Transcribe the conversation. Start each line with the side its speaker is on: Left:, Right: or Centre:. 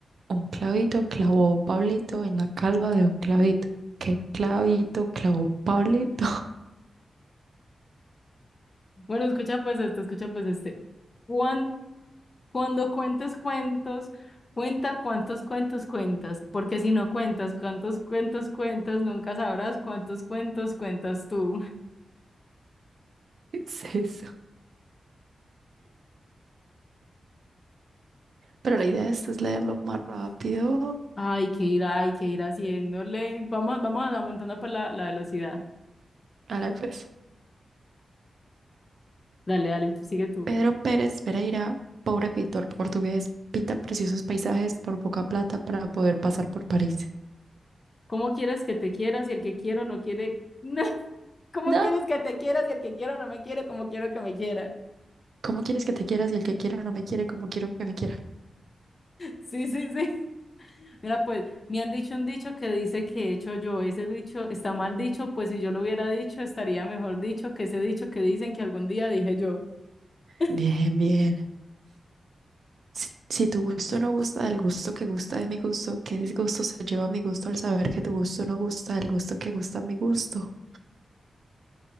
Right: Un clavito clavó Pablito en la calva de un clavito. ¿Qué clavito clavó Pablito?
Left: Bueno, escucha pues este, escucha pues este. Cuan- Cuando cuentes cuentos, cuenta cuántos cuentos cuentas, porque si no cuentas cuántos cuentos cuentas, nunca sabrás cuántos cuentos cuentas tú.
Right: <laughs> es eso? Pero la idea de esto es leerlo más rápido.
Left: <laughs> Ay, qué ir, hay que ir haciéndole. Vamos, vamos aumentando pues la, la velocidad.
Right: Ahora pues.
Left: Dale, dale, em, sigue tú.
Right: Pedro Pérez Pereira, pobre pintor portugués, pinta preciosos paisajes por poca plata para poder pasar por París.
Left: ¿Cómo quieres que te quieras si el que quiero no quiere? <laughs> ¿Cómo
Right: No,
Left: quieres que te quieras si el que quiero no me quiere como quiero que me quiera? <laughs>
Right: ¿cómo quieres que te quieras y el que quiera no me quiere como quiero que me quiera?
Left: Sí, sí, sí. Mira, pues me han dicho un dicho que dice que he hecho yo. Ese dicho está mal dicho, pues si yo lo hubiera dicho, estaría mejor dicho que ese dicho que dicen que algún día dije yo. <laughs>
Right: Bien, bien. Si, si tu gusto no gusta del gusto que gusta de mi gusto, ¿qué disgusto se lleva mi gusto al saber que tu gusto no gusta del gusto que gusta mi gusto?